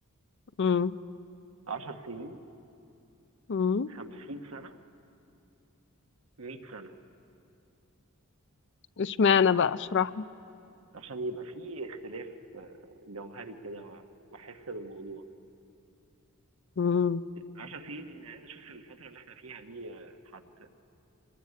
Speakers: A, on the left; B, on the right.
A: مم.
B: 10 سنين
A: مم.
B: 50 سنة 100 سنة
A: اشمعنى بقى اشرح لي
B: عشان يبقى فيه اختلاف آه، جوهري كده و- واحس بالموضوع
A: مم.
B: 10 سنين اني عايز اشوف الفترة اللي احنا فيها دي آه، هت